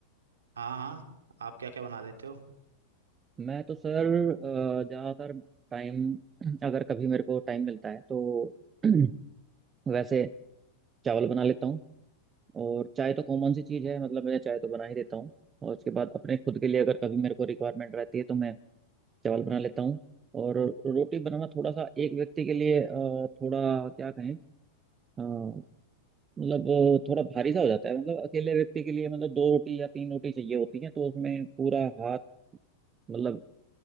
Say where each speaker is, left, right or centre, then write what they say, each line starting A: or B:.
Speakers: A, on the right (about 75°); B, on the right (about 25°).
A: हाँ हाँ आप क्या क्या बना लेते हो
B: मैं तो सर अ, ज़्यादातर टाइम अगर कभी मेरे को टाइम मिलता है तो <clears throat> वैसे चावल बना लेता हूँ और चाय तो कॉमन सी चीज़ है मतलब मैं चाय तो बना ही देता हूँ और उसके बाद अपने खुद के लिए अगर कभी मेरे को रिक्वायरमेंट रहती है तो मैं चावल बना लेता हूँ और रोटी बनाना थोड़ा सा एक व्यक्ति के लिए अ, थोड़ा क्या कहें अ, मतलब अ, थोड़ा भारी सा हो जाता है मतलब अकेले व्यक्ति के लिए मतलब दो रोटी या तीन रोटी चाहिए होती है तो उसमें पूरा हाथ मतलब